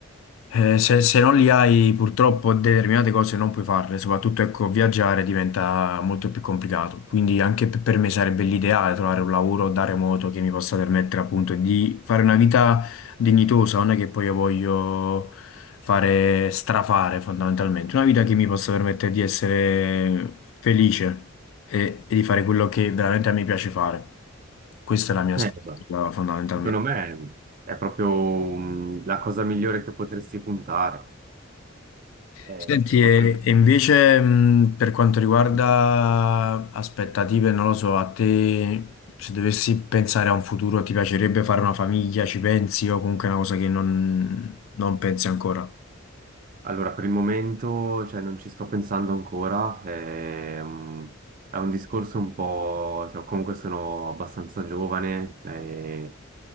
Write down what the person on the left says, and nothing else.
eh, se, se non li hai purtroppo determinate cose non puoi farle, soprattutto ecco, viaggiare diventa molto più complicato, quindi anche per per me sarebbe l'ideale trovare un lavoro da remoto che mi possa permettere appunto di fare una vita dignitosa, non è che poi io voglio fare strafare fondamentalmente, una vita che mi possa permettere di essere felice e, e di fare quello che veramente a me piace fare. Questa è la mia aspettativa
fondamentalmente.
Senti,
e, e invece mh, per quanto riguarda
aspettative, non lo so, a te se dovessi pensare a un futuro ti piacerebbe fare una famiglia, ci pensi o comunque è una cosa che non non pensi ancora?